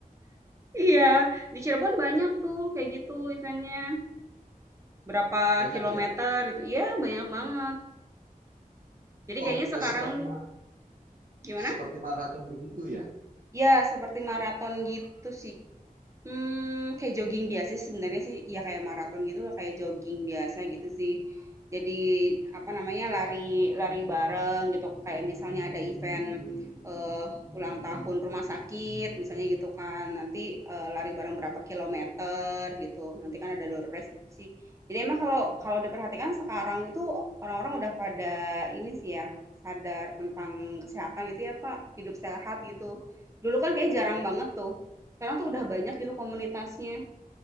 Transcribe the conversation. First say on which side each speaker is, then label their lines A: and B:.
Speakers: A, on the right; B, on the right.
A: Iya, di Cirebon banyak tuh kayak gitu eventnya berapa
B: banyak
A: kilometer
B: ya.
A: gitu, iya banyak banget. Jadi
B: Oh,
A: kayaknya
B: eh,
A: sekarang
B: seperti ma-
A: gimana?
B: seperti maraton begitu ya.
A: Ya seperti maraton gitu sih Mmm, kayak jogging biasa sih sebenarnya sih, ya kayak maraton gitu lah, kayak
B: Hmm,
A: jogging biasa gitu sih. Jadi, apa namanya, lari lari bareng gitu, kayak misalnya ada event,
B: hmm,
A: eee, ulang tahun rumah sakit misalnya gitu kan, nanti, eee, lari bareng
B: hmm,
A: berapa kilometer gitu, nanti kan ada door prize gitu sih. Jadi emang kalau
B: hmm.
A: kalau diperhatikan sekarang itu orang-orang udah pada ini sih ya, sadar tentang kesehatan gitu ya, Pak. hidup sehat gitu. Dulu kan kayak jarang banget tuh. Sekarang tuh udah banyak gitu komunitasnya,